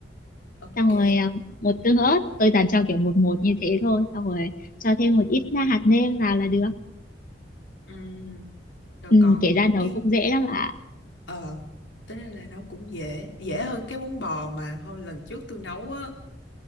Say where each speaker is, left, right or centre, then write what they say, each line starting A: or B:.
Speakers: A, on the left; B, on the left.
A: Ok.
B: xong rồi à, một tương ớt tôi toàn cho kiểu một một như thế thôi xong rồi cho thêm một ít na hạt nêm vào là được
A: Ừ. Rồi
B: ừ,
A: còn
B: kể ra nấu
A: cái
B: cũng dễ lắm ạ
A: Ờ, tính ra là nấu cũng dễ, dễ hơn cái bún bò mà hồi lần trước tôi nấu á,